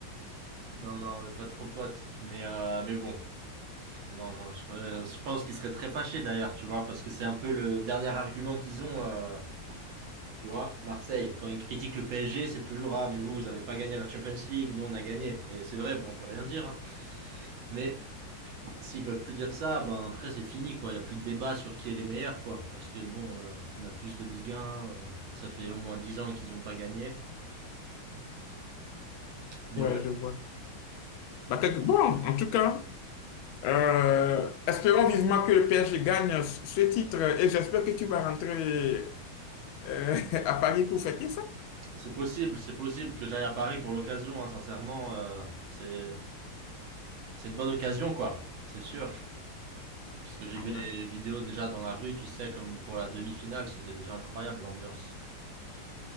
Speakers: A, on the right; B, on the left.
A: Non, non, on n'est pas trop potes. Mais, euh, mais bon, non, non, je, euh, je pense qu'ils seraient très fâchés d'ailleurs, tu vois, parce que c'est un peu le dernier argument qu'ils ont. euh, tu vois, Marseille, quand ils critiquent le PSG, c'est toujours ah mais vous vous avez pas gagné la Champions League, nous on a gagné. Et c'est vrai, bon on peut rien dire. hein. Mais S'ils peuvent plus dire ça, ben après c'est fini quoi. Il y a plus de débat sur qui est les meilleurs quoi. Parce que bon, euh, on a plus de Ligue 1. euh, ça fait au moins 10 ans qu'ils ont pas gagné. Mais
B: Ouais,
A: ouais,
B: je vois. Bah, quelque- Bon, en tout cas, euh, espérons vivement que le PSG gagne ce titre et j'espère que tu vas rentrer euh, <laughs> à Paris pour fêter ça.
A: c'est possible, c'est possible que j'aille à Paris pour l'occasion. hein, sincèrement, euh, c'est c'est une bonne occasion quoi. C'est sûr. Parce que j'ai
B: Ah
A: vu
B: ouais.
A: les vidéos déjà dans la rue, tu sais, comme pour la demi-finale, c'était déjà incroyable l'ambiance.